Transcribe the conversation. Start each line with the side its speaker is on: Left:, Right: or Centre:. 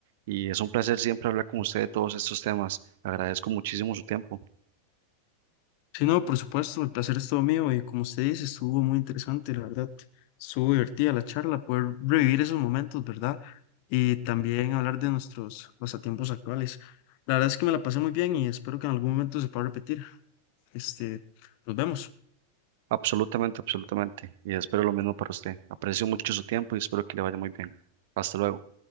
Right: Y es un placer siempre hablar con usted de todos estos temas. Agradezco muchísimo su tiempo.
Left: Sí, no, por supuesto, el placer es todo mío y como usted dice, estuvo muy interesante, la verdad. Estuvo divertida la charla, poder revivir esos momentos, ¿verdad? Y también hablar de nuestros pasatiempos actuales. La verdad es que me la pasé muy bien y espero que en algún momento se pueda repetir. Este, nos vemos.
Right: Absolutamente, absolutamente. Y espero lo mismo para usted. Aprecio mucho su tiempo y espero que le vaya muy bien. Hasta luego.